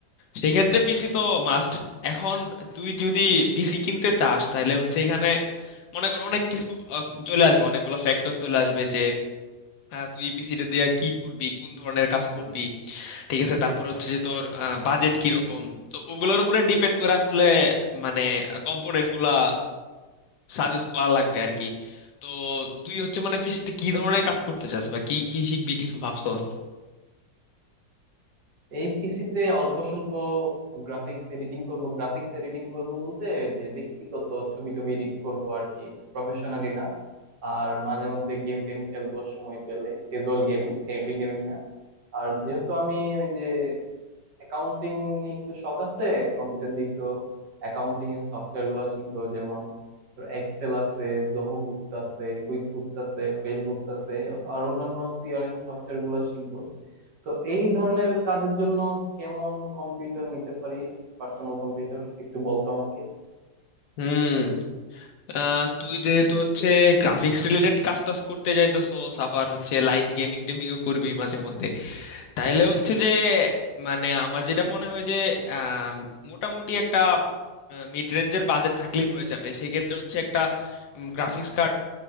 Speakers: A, on the left; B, on the right.
A: সেই ক্ষেত্রে পিসি তো মাস্ট এখন তুই যদি পিসি কিনতে চাস তাহলে হচ্ছে এখানে মনে কর অনেক কিছু আহ, চলে আসবে অনেকগুলো ফ্যাক্টর চলে আসবে যে আহ, তুই পিসিটা দিয়ে কি করবি কোন ধরনের কাজ করবি ঠিক আছে তারপর হচ্ছে যে তোর বাজেট কিরকম তো ওগুলোর উপরে ডিপেন্ড করে আসলে মানে কম্পোনেন্ট গুলা সাজেস্ট করা লাগবে আর কি তো তুই হচ্ছে মানে পিসিতে কি ধরনের কাজ করতে চাস বা কি কি শিখবি কিছু ভাবছস
B: এই পিসিতে অল্প স্বল্প গ্রাফিক্স এডিটিং করব গ্রাফিক্স এডিটিং করব বলতে যে ব্যক্তিগত ছবি টবি এডিট করব আর কি প্রফেশনালি না আর মাঝে মধ্যে গেম টেম খেলবো সময় পেলে ক্যাজুয়াল গেমিং হেভি গেমিং না আর যেহেতু আমি ওই যে অ্যাকাউন্টিং নিয়ে একটু শখ আছে কম্পিউটার দিয়ে একটু অ্যাকাউন্টিং এর সফটওয়্যার গুলো শিখবো যেমন তোর এক্সেল আছে জোহো বুকস আছে কুইক বুকস আছে ফেসবুকস আছে আর অন্যান্য সিআরএম সফটওয়্যার গুলো শিখবো তো এই ধরনের কাজের জন্য কেমন কম্পিউটার নিতে পারি পার্সোনাল কম্পিউটার একটু বলতো আমাকে
A: হুম আহ, তুই যেহেতু হচ্ছে গ্রাফিক্স রিলেটেড কাজ টাজ করতে যাইতেছস আবার হচ্ছে লাইট গেমিং টেমিংও করবি মাঝে মধ্যে তাইলে হচ্ছে যে মানে আমার যেটা মনে হয় যে আহ, মোটামুটি একটা মিড রেঞ্জের বাজেট থাকলেই হয়ে যাবে সেই ক্ষেত্রে হচ্ছে একটা গ্রাফিক্স কার্ড